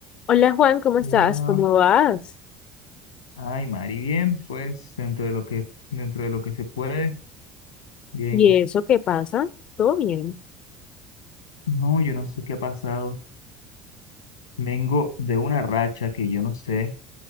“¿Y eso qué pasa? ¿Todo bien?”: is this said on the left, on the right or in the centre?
Left